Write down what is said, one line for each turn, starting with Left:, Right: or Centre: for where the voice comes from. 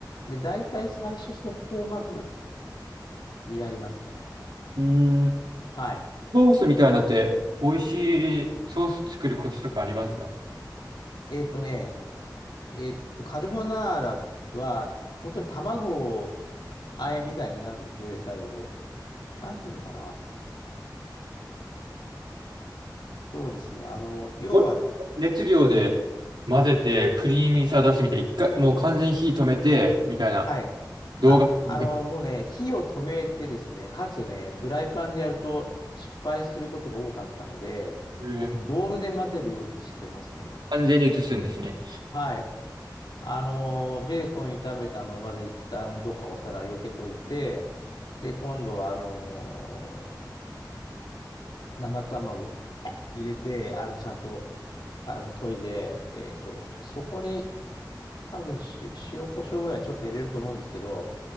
Left: で、大体最初そこをまずやりますね。
Right: うーん
Left: はい。
Right: ソースみたいなのって美味しいソース作るコツとかありますか
Left: えっとね、えっと、カルボナーラは、本当に卵をあえみたいになるので、最後。なんていうのかな。そうですね。あの、要は、
Right: もう熱量で
Left: はい。
Right: 混ぜてクリーミーさ出すみたいな、一回、もう完全に火止めてみたいな
Left: はい。
Right: 動画みたい
Left: あ、あの、もうね、火を止めてですね、かつね、フライパンでやると失敗することが多かったので、
Right: な、えー
Left: 僕、ボウルで混ぜるようにしてますね。
Right: 完全に映すんですね。
Left: はい。あのー、ベーコン炒めたのをまず一旦どっかお皿避けといて、で、今度は、あのー、生卵入れて、あの、ちゃんと、あの、研いで、えっと、そこに多分し、塩コショウぐらいちょっと入れると思うんですけど、